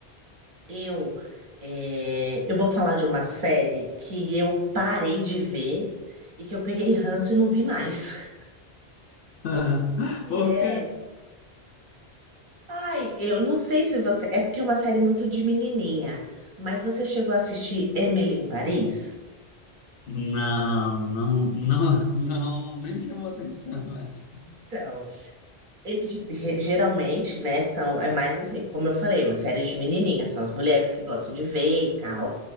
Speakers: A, on the right; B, on the left.
A: eu é, eu vou falar de uma série que eu parei de ver e que eu peguei ranço e não vi mais. <laughs>
B: <laughs>
A: E
B: Por
A: é.
B: quê?
A: Ai, eu não sei se você. É porque é uma série muito de menininha, mas você chegou a assistir Emily em Paris?
B: Não, não, não, não, nem me chamou a atenção <laughs> essa.
A: Então, Eu, ge- ge- geralmente, né, são, é mais assim, como eu falei, uma série de menininha são as mulheres que gostam de ver e tal.